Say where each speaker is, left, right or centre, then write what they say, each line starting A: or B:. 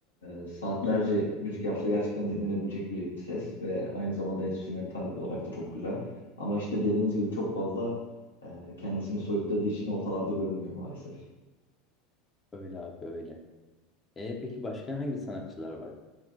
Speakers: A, on the left; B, on the left.
A: E, saatlerce müzik yapsa gerçekten dinlenebilecek bir ses ve aynı zamanda enstrümantal olarak da çok güzel. Ama işte dediğiniz gibi çok fazla e, kendisini soyutladığı için ortalarda görünmüyor maalesef.
B: Öyle abi öyle. E peki başka hangi sanatçılar var?